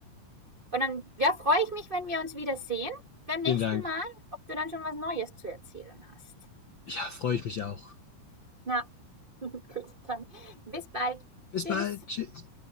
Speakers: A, on the right; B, on the left.
A: und dann ja, freue ich mich, wenn wir uns wiedersehen beim
B: Vielen
A: nächsten
B: Dank.
A: Mal, ob du dann schon was Neues zu erzählen hast.
B: Ja, freue ich mich auch.
A: Na, <laughs> gut, dann bis bald.
B: Bis
A: Tschüss.
B: bald. Tschüss.